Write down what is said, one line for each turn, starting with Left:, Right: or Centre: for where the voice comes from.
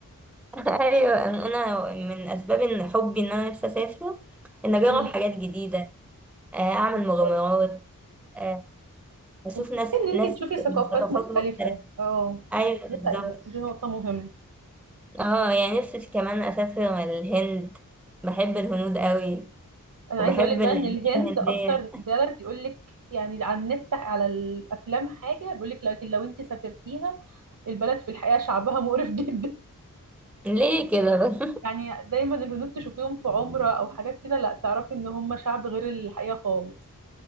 Centre: <laughs> ايوه انا أنا من اسباب ان حبي ان انا نفسي اسافر
Right: <laughs>
Centre: ان اجرب
Right: امم
Centre: حاجات جديده آه، اعمل
Right: بالظبط
Centre: مغامرات آه، اشوف
Right: وكفاية
Centre: ناس
Right: ان
Centre: ناس
Right: انت تشوفي ثقافات
Centre: من ثقافات
Right: مختلفة
Centre: مختلفه
Right: اه
Centre: ايوه
Right: دي
Centre: بالظبط
Right: حقيقة دي نقطة مهمة
Centre: اه يعني نفسي كمان اسافر الهند بحب الهنود قوي
Right: انا
Centre: وبحب
Right: عايزة اقولك
Centre: الأجواء
Right: بقى ان الهند
Centre: الهنديه
Right: اكتر بلد يقولك يعني على النت على الافلام حاجة بيقولك لكن لو انت سافرتيها البلد في الحقيقة شعبها مقرف <laughs> جدا
Centre: ليه كده بس <laughs>
Right: يعني دايما الهنود تشوفيهم في عمرة او حاجات كده لا تعرفي ان هم شعب غير الحقيقة خالص